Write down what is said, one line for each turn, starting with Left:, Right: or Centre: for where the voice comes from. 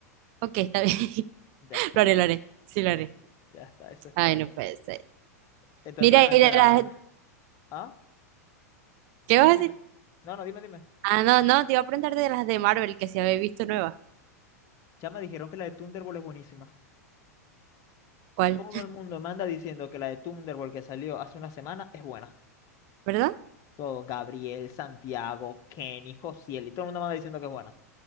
Right: Ok, está bien. <laughs>
Left: Ya está.
Right: Lo haré, lo haré. Sí, lo haré.
Left: Ya está. Eso es
Right: Ay,
Left: todo.
Right: no puede ser.
Left: Entonces,
Right: Mira,
Left: ajá,
Right: y
Left: esa...
Right: de las...
Left: Ah,
Right: ¿Qué
Left: dime,
Right: vas a
Left: dime.
Right: decir?
Left: No, no, dime, dime.
Right: Ah, no, no, te iba a preguntar de las de Marvel que se había visto nueva.
Left: chama dijeron que la de Thunderbolt es buenísima.
Right: ¿Cuál?
Left: Todo el mundo manda diciendo que la de Thunderbolt que salió hace una semana es buena.
Right: ¿Verdad?
Left: Todo, Gabriel, Santiago, Kenny, Josiel, y todo el mundo manda diciendo que es buena.